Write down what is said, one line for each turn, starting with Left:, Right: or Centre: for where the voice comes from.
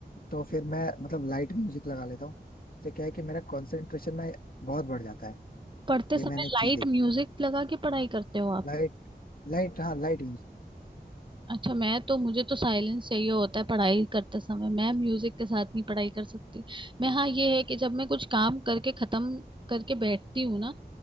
Left: तो फिर मैं मतलब लाइट म्यूजिक लगा लेता हूँ इससे क्या है कि मेरा कॉन्सेंट्रेशन ना बहुत बढ़ जाता है
Right: पढ़ते
Left: ये
Right: समय
Left: मैंने चीज
Right: लाइट
Left: देखी
Right: म्यूजिक
Left: है
Right: लगा के पढ़ाई करते हो आप
Left: लाइट लाइट हाँ लाइट
Right: अच्छा मैं तो मुझे तो साइलेंस चाहिए होता है पढ़ाई करते समय मैं म्यूजिक के साथ नहीं पढ़ाई कर सकती मैं हाँ ये है कि जब मैं कुछ काम करके खत्म करके बैठती हूँ ना